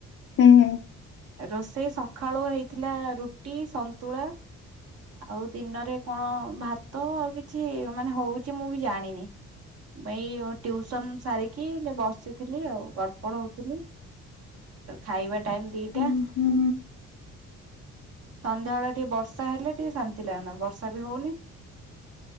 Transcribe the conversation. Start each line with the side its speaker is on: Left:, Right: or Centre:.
Left: ହୁଁ-ହୁଁ।
Right: ରୋଷେଇ ସକାଳୁ ହେଇଥିଲା ରୁଟି ସନ୍ତୁଳା। ଆଉ ଦିନରେ କଣ ଭାତ ଆଉ କିଛି ମାନେ ହଉଛି ମୁଁ ବି ଜାଣିନି। ଭାଇ ଟିଉସନ ସାରିକି ବସିଥିଲି ଆଉ ଗଡ଼ପଡ଼ ହଉଥିଲି। ତ ଖାଇବା ଟାଇମ ଦିଟା
Left: ହୁଁ ହୁଁ
Right: ସନ୍ଧ୍ୟାବେଳ ଟିକେ ବର୍ଷା ହେଲେ ଟିକେ ଶାନ୍ତି ଲାଗନ୍ତା ବର୍ଷା ବି ହଉନି।